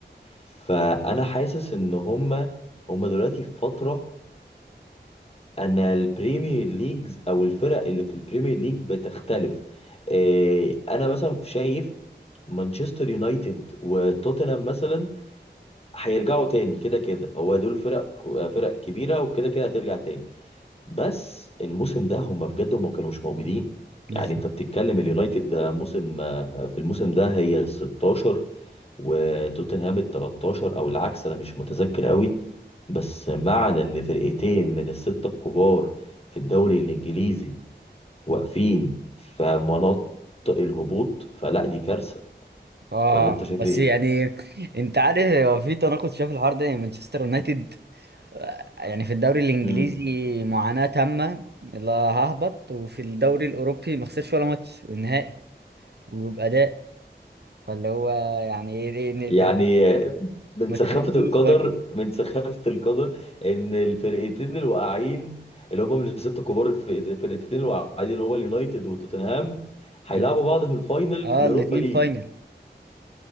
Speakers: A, on the left; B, on the right.
A: فانا حاسس ان هما هما دلوقتي في فتره انا البريمير ليجز او الفرق اللي في البريمير ليج بتختلف إيه، انا مثلا شايف مانشستر يونايتد وتوتنهام مثلا هيرجعوا تاني كده كده هو دول فرق فرق كبيره وكده كده هترجع تاني بس الموسم ده هم بجد هم كانوا مش موجودين
B: بالظبط
A: يعني انت بتتكلم اليونايتد ده موسم آه، في الموسم ده هي ال 16 وتوتنهام ال 13 او العكس انا مش متذكر قوي بس معنى ان فرقتين من الستة الكبار في الدوري الانجليزي واقفين في مناطق الهبوط فلا دي كارثة
B: اه
A: ولا انت شايف
B: بس
A: ايه؟
B: يعني انت عارف هو في تناقض شايف الحوار ده يعني مانشستر يونايتد يعني في الدوري الانجليزي
A: امم
B: معاناة تامة لا ههبط وفي الدوري الاوروبي ما خسرش ولا ماتش والنهائي وبأداء فاللي هو يعني ايه إيه- إيه-
A: يعني
B: انت
A: من
B: ما
A: سخافة
B: تفهملوش
A: القدر
B: برضه
A: من سخافة القدر ان الفرقتين الواقعين اللي هم من الست الكبار الف- الفرقتين الواقعين اللي هو اليونايتد وتوتنهام هيلعبوا
B: ال-
A: بعض في الفاينل
B: اه
A: في اليوروبا
B: الاتنين
A: ليج
B: فاينل